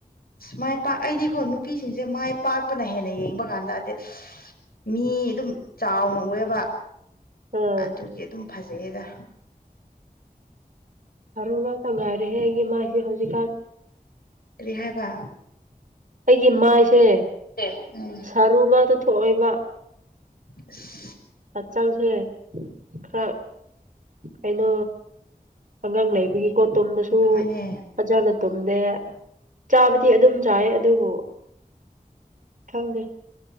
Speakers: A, on the left; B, on the right.
A: ꯑ ꯃꯥꯏ ꯄꯥꯛ ꯑꯩꯗꯤꯀꯣ ꯅꯨꯄꯤꯁꯤꯡꯁꯦ ꯃꯥꯏ ꯄꯥꯛꯄꯅ ꯍꯦꯟꯅ ꯌꯦꯡꯕ ꯀꯥꯟꯗ ꯑꯗꯤ ꯃꯤ ꯑꯗꯨꯝ ꯆꯥꯎꯅ ꯎꯑꯦꯕ
B: ꯑꯥ
A: ꯑꯗꯨꯒꯤ ꯑꯗꯨꯝ ꯐꯖꯩꯌꯦꯗ꯫
B: ꯐꯔꯨꯡꯉꯥꯛꯇ ꯉꯥꯏꯔꯦꯍꯦ ꯑꯩꯒꯤ ꯃꯥꯏꯁꯦ ꯍꯧꯖꯤꯛꯀꯥꯟ꯫
A: ꯀꯔꯤ ꯍꯥꯏꯕ
B: ꯑꯩꯒꯤ ꯃꯥꯏꯁꯦ
A: ꯎꯝ
B: ꯁꯥꯔꯨ ꯉꯥꯛꯇ ꯊꯣꯛꯑꯦꯕ
A: ꯑꯁ
B: ꯍꯛꯆꯥꯡꯁꯦ ꯈꯔ ꯀꯩꯅꯣ ꯑꯉꯥꯡ ꯂꯩꯕꯒꯤ ꯀꯣ ꯇꯨꯝꯕꯁꯨ
A: ꯍꯣꯏꯅꯦ
B: ꯐꯖꯅ ꯇꯨꯝꯗꯦ ꯆꯥꯕꯗꯤ ꯑꯗꯨꯝ ꯆꯥꯏ ꯑꯗꯨꯕꯨ ꯈꯪꯗꯦ